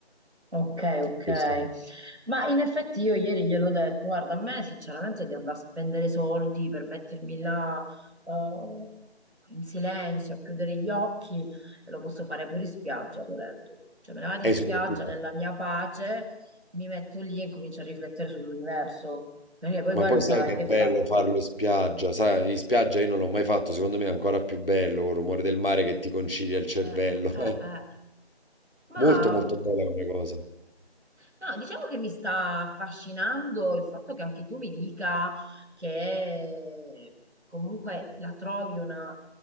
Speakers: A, on the right (about 85°); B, on the left (about 55°).
A: Ok, ok.
B: Questo.
A: Ma in effetti io ieri gliel'ho detto, guarda, a me sinceramente di andare a spendere soldi per mettermi là eh, in silenzio, a chiudere gli occhi, e lo posso fare pure in spiaggia volendo. Cioè me ne vado
B: E
A: in spiaggia
B: soprattutto.
A: nella mia pace, mi metto lì e comincio a riflettere sull'universo, perché poi
B: Ma
A: quello
B: poi sai
A: fai,
B: che è
A: che
B: bello
A: fai?
B: farlo in spiaggia, sai, in spiaggia io non l'ho mai fatto, secondo me è ancora più bello, il rumore del mare che ti concilia il cervello.
A: Eh, eh,
B: <laughs>
A: eh, eh. Ma
B: Molto molto bella come cosa.
A: No, diciamo che mi sta affascinando il fatto che anche tu mi dica che comunque la trovi una,